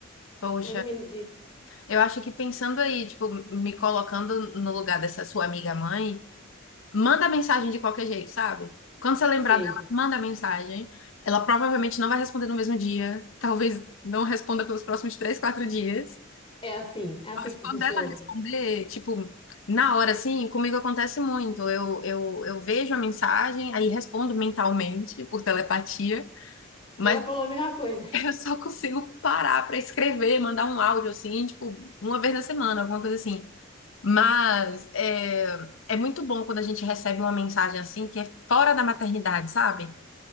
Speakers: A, on the left; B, on the left.
A: Poxa,
B: mais ou menos isso.
A: eu acho que pensando aí, tipo, me colocando no lugar dessa sua amiga mãe, Manda mensagem de qualquer jeito, sabe? Quando você lembrar
B: Sei.
A: dela, manda mensagem. Ela provavelmente não vai responder no mesmo dia. Talvez não responda pelos próximos três, quatro dias.
B: É assim, é assim
A: Mas
B: que
A: quando
B: funciona.
A: ela responder, tipo, na hora, assim, comigo acontece muito. Eu, eu, eu vejo a mensagem, aí respondo mentalmente, por telepatia. Mas
B: Ela falou a
A: <laughs>
B: mesma coisa. <laughs>
A: eu só consigo parar pra escrever, mandar um áudio, assim, tipo, uma vez na semana, alguma coisa assim. Mas é, é muito bom quando a gente recebe uma mensagem assim que é fora da maternidade, sabe?